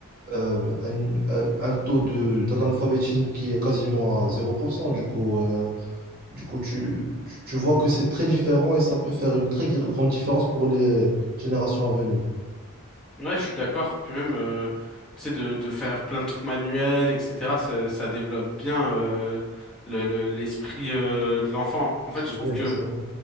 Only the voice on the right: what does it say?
euh, un, un- un taux de, d'analphabétisme qui est quasiment à zéro pour cent Du coup, euh. Du coup, tu, tu, tu vois que c'est très différent et ça peut faire une très gr- grande différence pour les générations à venir.
C'est
vrai,
c'est vrai.